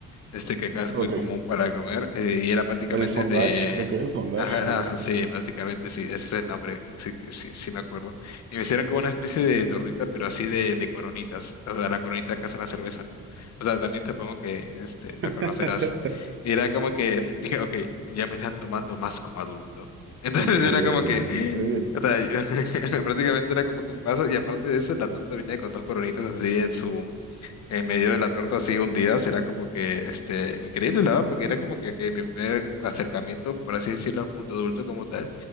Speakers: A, on the left; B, on the right.
A: este que acá es
B: Ok.
A: muy común para comer, eh, y era prácticamente
B: El Fondage,
A: de...
B: creo que es Fondage
A: Ajá,
B: o algo
A: ajá,
B: así.
A: sí, prácticamente sí, ese es el nombre, sí, que- sí, sí me acuerdo. Y me hicieron como una especie de tortita, pero así de, de coronitas, o sea, la coronita acá es una cerveza, ¿no? O sea, también supongo que este, la
B: <laughs>
A: conocerás. Y era como que <laughs> dije, ok, ya me están tomando más como adulto. <laughs> Entonces
B: Increíble,
A: era como que, <gasps>
B: sí.
A: o sea, yo- <laughs> prácticamente era como que un paso, y aparte de eso, la torta venía con dos coronitas así en su en medio de la torta así hundidas, era como que este, increíble, la verdad, porque era como que, que mi primer acercamiento, por así decirlo, al mundo adulto como tal.